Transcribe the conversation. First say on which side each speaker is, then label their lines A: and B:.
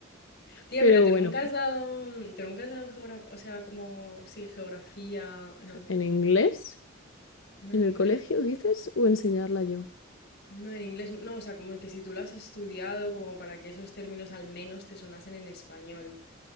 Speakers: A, on the left (about 55°); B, on the left (about 70°).
A: Tía,
B: Pero
A: pero tú
B: bueno,
A: nunca has dado. Tú nunca has dado geografía. O sea, como. Sí, geografía. No.
B: ¿en inglés?
A: No
B: ¿En
A: en
B: el
A: inglés.
B: colegio dices? ¿O enseñarla yo?
A: No, en inglés. No, o sea, como que si tú lo has estudiado, como para que esos términos al menos te sonasen en español.